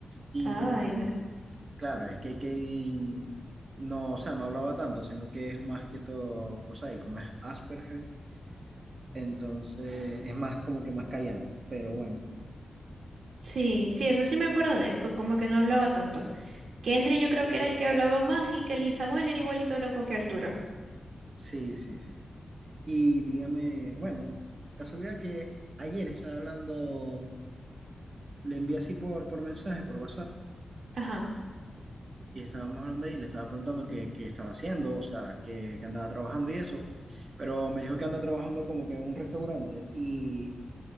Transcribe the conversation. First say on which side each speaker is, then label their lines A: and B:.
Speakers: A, on the right; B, on the right.
A: Y
B: ah, vaina.
A: claro, es que Kevin no, o sea, no hablaba tanto, sino que es más que todo, pues ahí, como es Asperger. Entonces es más como que más callado, pero bueno,
B: Sí, sí, eso sí me acuerdo de él, co- como que no hablaba tanto. Kendrick yo creo que era el que hablaba más y Kelly Samuel era igualito loco que Arturo.
A: sí, sí, sí. Y dígame, bueno, casualidad que ayer estaba hablando, le envié así por, por mensaje, por WhatsApp,
B: Ajá.
A: y estábamos hablando ahí, le estaba preguntando qué, qué estaba haciendo, o sea, qué, qué andaba trabajando y eso, pero me dijo que anda trabajando como que en un restaurante y